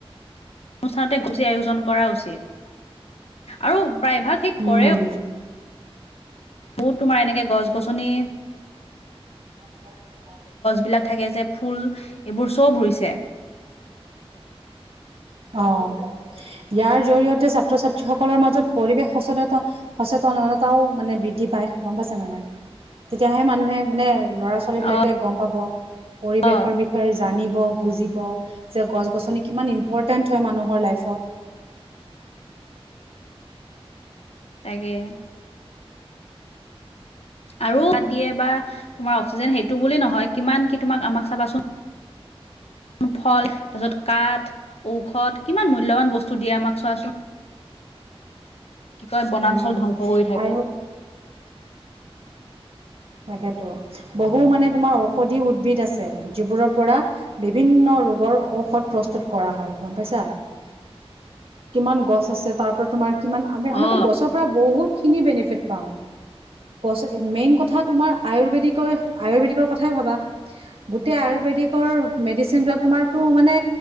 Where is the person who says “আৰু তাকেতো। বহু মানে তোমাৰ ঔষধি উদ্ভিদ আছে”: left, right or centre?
Right